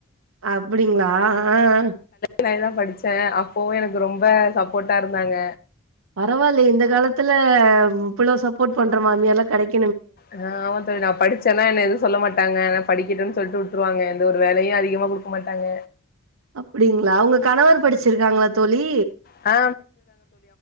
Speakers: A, on the right; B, on the left.
A: அப்டிங்களா ஆ ஆ
B: நானேதா படிச்சே அப்பவு எனக்கு ரொம்ப சப்போட்டா இருந்தாங்க
A: பரவாயில்லயே இந்த காலத்ல இவ்ளோ சப்போட் பண்ற மாமியார்லா கெடைக்க
B: ஆ ஆமா தோழி நா படிச்சேனா என்ன எதுவு சொல்ல மாட்டாங்க படிக்கட்டும்னு சொல்லிட்டு விட்டுருவாங்க எந்த ஒரு வேலயு அதிகமா குடுக்க மாட்டாங்க
A: அப்டிங்ளா உங்க கணவர் படிச்சிருக்காங்ளா தோழி
B: ஆ